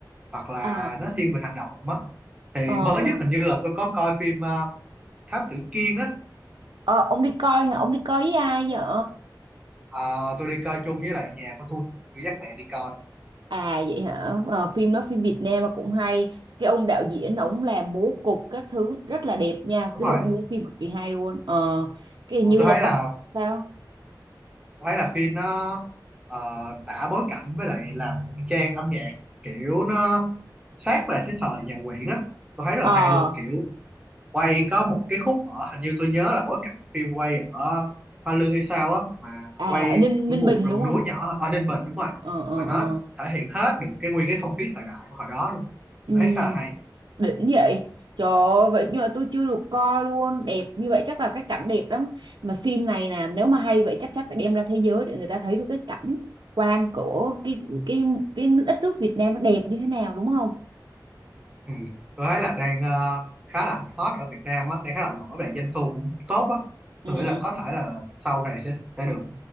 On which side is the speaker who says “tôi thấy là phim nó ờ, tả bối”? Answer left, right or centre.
Right